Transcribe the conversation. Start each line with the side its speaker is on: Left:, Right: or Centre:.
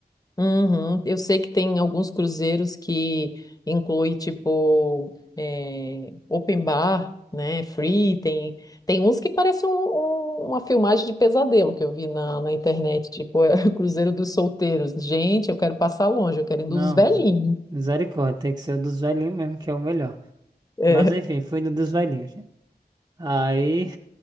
Left: Uhum. Eu sei que tem alguns cruzeiros que inclui tipo eh, open bar, né? Free, tem, tem uns que parece um- um- uma filmagem de pesadelo que eu vi na, na internet, tipo é, <laughs> o Cruzeiro dos Solteiros. Gente, eu quero passar longe, eu quero ir
Right: Não,
Left: dos velhinhos.
Right: misa- misericórdia, tem que ser o dos velhinhos mesmo, que é o melhor.
Left: É,
Right: Mas enfim, fui no dos velhinhos. né? Aí,